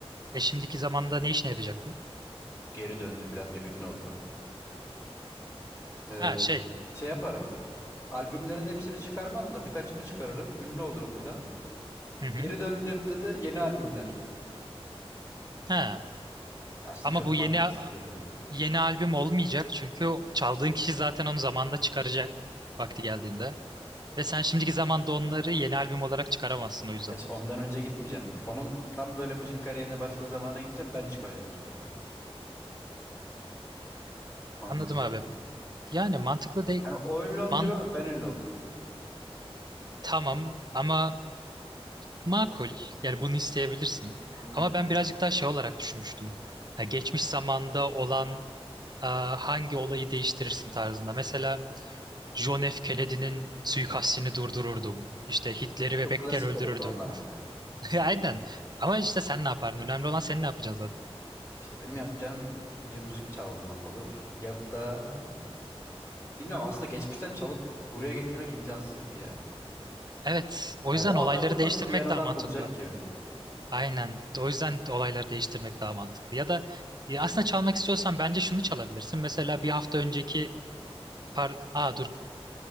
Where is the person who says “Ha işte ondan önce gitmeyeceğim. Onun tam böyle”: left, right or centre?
Left